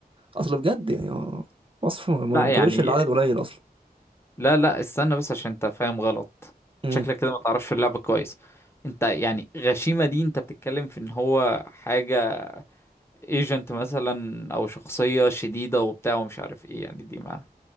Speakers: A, on the right (about 35°); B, on the left (about 15°).
A: اصل بجد يعني اه وصف ما ما
B: لا
A: ينطبقش
B: يعني
A: العدد قليل اصلا
B: لا لا استنى بس عشان انت فاهم غلط
A: امم
B: شكلك كده ما تعرفش اللعبة كويس انت يعني غشيمة دي انت بتتكلم في ان هو حاجة ايجنت مثلا او شخصية شديدة وبتاع ومش عارف ايه يعني دي ما